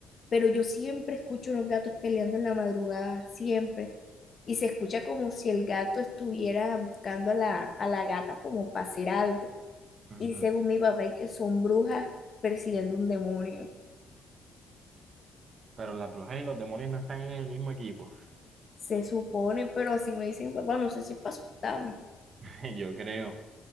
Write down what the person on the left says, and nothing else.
pero yo siempre escucho unos gatos peleando en la madrugada, siempre. Y se escucha como si el gato estuviera buscando a la, a la gata como para hacer algo.
Y según mi papá, y que son brujas persiguiendo un demonio.
Se supone, pero así me dicen, papá, no sé si para asustarme.